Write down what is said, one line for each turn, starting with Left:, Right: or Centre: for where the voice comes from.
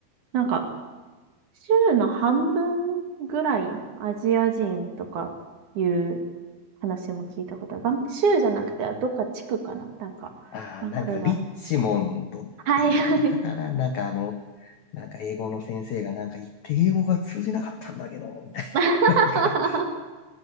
Right: なんか、州の半分ぐらいアジア人とかいう話も聞いたことある。バン、州じゃなくて、どっか地区かななんか、
Left: ああ、
Right: バンクーバ
Left: なんかリッチモンドっていうとこだったかな。
Right: ー。はい、はい。
Left: なんかあの、なんか英語の先生がなんか言って英語が通じなかったんだけど、みたいな。
Right: <laughs>
Left: なんか、